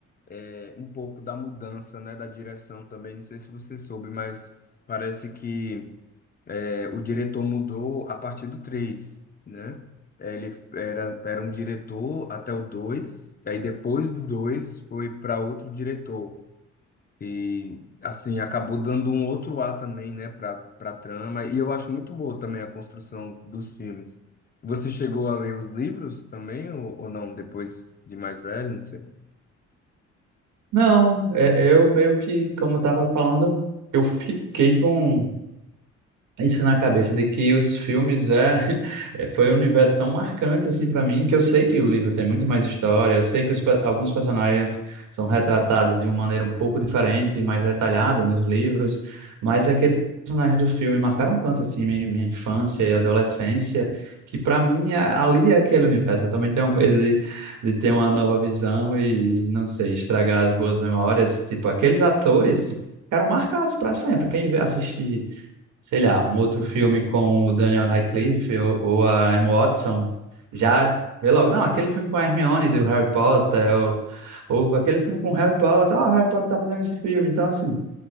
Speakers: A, on the left (about 30°); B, on the right (about 75°).
A: é, um pouco da mudança, né, da direção também. Não sei se você soube, mas parece que é, o diretor mudou a partir do três né? Eh, Ele era, era um diretor até o dois aí depois do 2 foi para outro diretor. E, assim, acabou dando um outro ar também, né, para para trama. E eu acho muito boa também a construção dos filmes. Você chegou a ler os livros também, ou, ou não, depois de mais velho? Não sei.
B: Não, é- eu meio que, como eu tava falando, eu fiquei com isso na cabeça de que os filmes é, <laughs> é, foi um universo tão marcante assim para mim que eu sei que o livro tem muito mais história, eu sei que os pe- alguns personagens são retratados de uma maneira um pouco diferente e mais detalhada nos livros, mas aqueles personagens do filme marcaram tanto assim minha, minha infância e adolescência que para mim a- ali é aquele universo. Eu também tenho <laughs> medo de, de ter uma nova visão e não sei, estragar as boas memórias, tipo aqueles atores tipo, Ficaram marcados para sempre. Quem vê- assiste sei lá, um outro filme com o Daniel Radcliffe ou, ou a Emma Watson, já vê logo, não, aquele filme com a Hermione do Harry Potter, ou, ou aquele filme com o Harry Potter, ó, o Harry Potter tá fazendo esse filme. Então, assim,